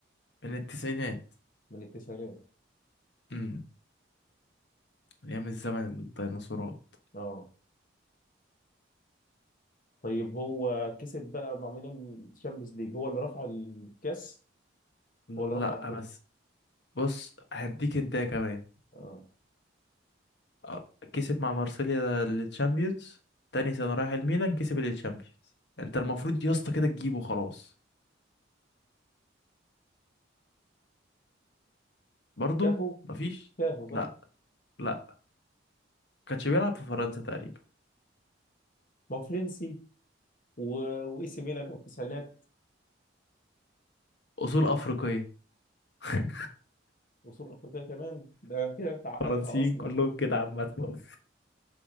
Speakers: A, on the left (about 60°); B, on the left (about 45°).
A: من التسعينات
B: من التسعينات
A: امم ايام الزمن الديناصورات
B: اه طيب هو كسب بقى مع ميلان الشامبيونز ليج هو اللي رفع الكاس
A: لا
B: هو اللي رفع الدقن
A: بس بص هديك انت كمان
B: اه
A: آه، كسب مع مارسيليا التشامبيونز تاني سنة رايح الميلان كسب التشامبيونز انت المفروض يا اسطى كده تجيبه خلاص برضو
B: كافو
A: مفيش
B: كافو صح
A: لا لا كانش بيلعب في فرنسا تقريبا
B: ما هو فرنسي و... واي سي ميلان والتسعينات
A: اصول افريقيه <laughs>
B: وصول افريقيا كمان ده كده انت عقدتها
A: فرنسيين
B: اصلا
A: كلهم كده عامه